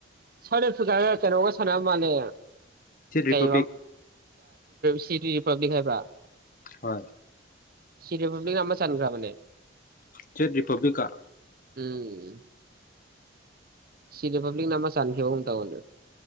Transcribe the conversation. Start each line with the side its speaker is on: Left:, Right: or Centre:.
Right: ꯁꯔꯦ ꯐꯖꯥ ꯆ ꯆꯅꯒ ꯁꯅ ꯃꯥꯅꯦ
Left: ꯆꯦꯛ ꯔꯤꯄꯕ꯭ꯂꯤꯛ
Right: ꯀꯩ ꯁꯤ ꯔꯤꯄꯕ꯭ꯂꯤꯛ ꯍꯥꯏꯕ꯭ꯔꯥ
Left: ꯍꯣꯏ
Right: ꯁꯤꯔꯃꯝ ꯃ ꯆꯈ꯭ꯔꯕꯅꯦꯦ
Left: ꯆꯦꯠ ꯔꯤꯄꯕ꯭ꯂꯤꯀꯥ
Right: ꯎꯝ ꯁꯤ ꯔꯤꯄꯕ꯭ꯂꯤꯛ ꯅꯥꯝꯃ ꯆꯥꯟꯅꯈꯤꯕꯒꯨꯝ ꯇꯥꯅꯦ꯭ꯔꯦ